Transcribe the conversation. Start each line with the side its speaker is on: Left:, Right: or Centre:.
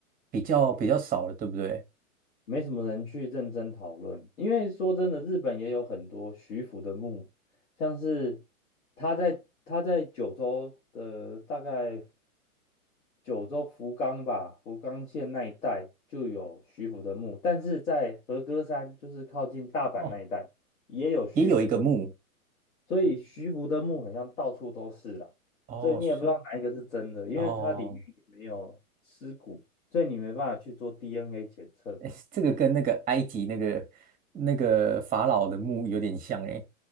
Right: 比较比较少了，对不对？
Left: 没什么人去认真讨论，因为说真的，日本也有很多徐福的墓，像是他在他在九州的大概九州福冈吧，福冈县那一带就有徐福的墓，但是在和歌山，就是靠近大阪那一带也有徐福的墓，
Right: 哦，也有一个墓
Left: 所以徐福的墓好像到处都是啦，
Right: 哦，
Left: 所以你也不知道哪一个是真的，
Right: 是
Left: 因为它里面也没有尸骨，
Right: 哦，
Left: 所以你没办法去做 DNA 检测。
Right: 哎，这个跟那个埃及那个那个法老的墓有点像哎。